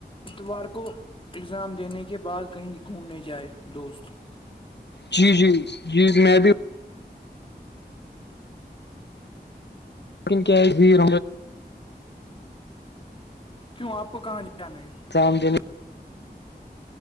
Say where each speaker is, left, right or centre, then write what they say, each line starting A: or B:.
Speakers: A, on the left; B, on the left.
A: اتوار کو اگزام دینے کے بعد کہیں گھومنے جائے دوست
B: جی جی جی میں بھی لیکن کیا ایک بھییر
A: کیوں آپ کو کہاں ج کیا نہیں
B: ایگزام دینے